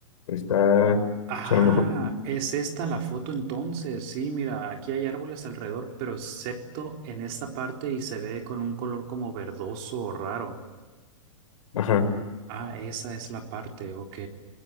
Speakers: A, on the left; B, on the right.
A: está,
B: Ah,
A: pues a lo mejor,
B: es esta la foto entonces. Sí, mira, aquí hay árboles alrededor, pero excepto en esta parte y se ve con un color como verdoso o raro.
A: ajá,
B: Ah, esa es la parte, ok.